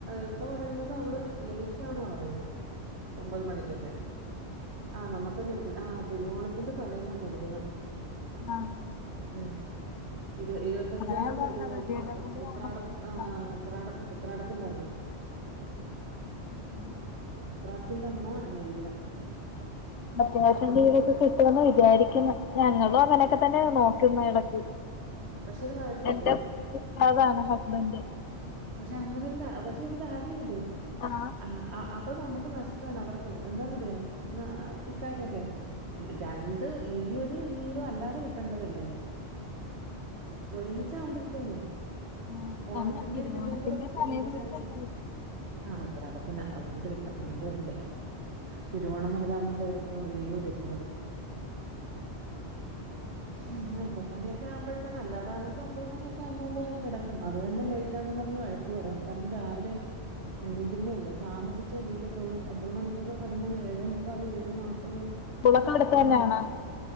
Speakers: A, on the right; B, on the left.
A: ഒക്കെ പറയുന്നത് അവള് ലൈറ്റാന്ന പറയുന്നെ ഒമ്പത് മണിക്കൊക്കെ ആ നമക്കെന്നെ ഇത് ആ തിരുവോണത്തിന്റെ തലേന്ന നബിദിനം
B: ആഹ്
A: ഉം ഇരു ഇരുപത്തഞ്ചാതി
B: ഞാൻ പറഞ്ഞെ
A: നബിദിനം
B: റബീഉൽ അവ്വലും
A: ഉ ഉത്രാടം
B: ഓണവും ഒരുമിച്ചാ
A: ആഹ് ഉത്രാടം ഉത്രാടത്തിന്റെ അന്ന്
B: ഉം
A: ഉത്രാടത്തിൻ്റന്ന് നബിദിനം
B: അത്യാവശ്യം
A: പിറ്റേന്ന്
B: രീതികൊക്കെ കിട്ടുമെന്ന് വിചാരിക്കുന്ന ഞങ്ങളും അങ്ങനെയൊക്കെ തന്നെ നോക്കുന്ന എടക്ക്
A: പക്ഷെ ഒരു കാര്യമുണ്ട്
B: എന്റെ ഉസ്താദാണ് ഹസ്ബൻഡ്
A: പക്ഷെ അങ്ങനെ ഒരു കാ പക്ഷെ ഒരു കാര്യണ്ട്
B: ആഹ്
A: ആഹ് അ അപ്പൊ നമുക്ക് നഷ്ടാണ് അവർക്കും എന്താന്നറിയോ ഇക്കായക്കൊക്കെ രണ്ട് ഈ ഒരു ലീവ് അല്ലാതെ കിട്ടണ്ടതല്ലേ ഒരുമിച്ച ആവുമ്പോഴത്തേനെ
B: ആഹ്
A: ഓണത്തിന്റെ
B: കാരണം തിരുവോണത്തിന്റെ
A: ഇതിന്റെയും കൂടെ
B: തലേ
A: ഒരുമിച്ചായപ്പോ
B: ദിവസല്ലേ
A: ആഹ് ഉത്രാടത്തിന്റെ അതുകൊണ്ട് കിട്ടും അതുകൊണ്ട് കൊഴപ്പല്ല തിരുവോണം മുതലാന്നല്ലേ ഇവർക്ക് ലീവ് വരുന്നത് ഉം ഒമ്പത് മണിയൊക്കെ ആവുമ്പോഴത്തേന് അല്ലാതാണെങ്കി ഒമ്പത് മണിയൊക്കെ ആകുമ്പള് കിടക്കും അത് തന്നെ ലെയ് ലേറ്റാവും ന്ന് പറഞ് വഴക്ക് പറയും കാരണം രാവിലെ എഴുന്നേൽക്കുന്നെഅല്ലേ താമസ് ച്ചേ എണീക്കത്തൊള്ളൂ ഒമ്പത് മണിക്കൊക്കെ കെട്ന്ന ഏഴേ മു ക്കാല് ഏഴ് നാല്പ്പത്
B: സ്കൂളൊക്കെ അടുത്ത്
A: അത്
B: തന്നെയാണോ